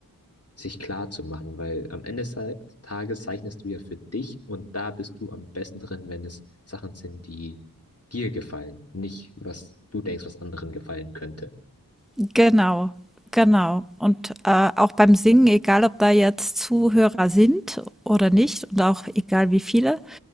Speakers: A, on the left; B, in the centre.
A: sich klar zu machen, weil am Ende des Tages zeichnest du ja für dich und da bist du am besten drin, wenn es Sachen sind, die dir gefallen, nicht was du denkst, was anderen gefallen könnte.
B: Genau, genau. Und, äh, auch beim Singen, egal ob da jetzt Zuhörer sind oder nicht und auch egal wie viele,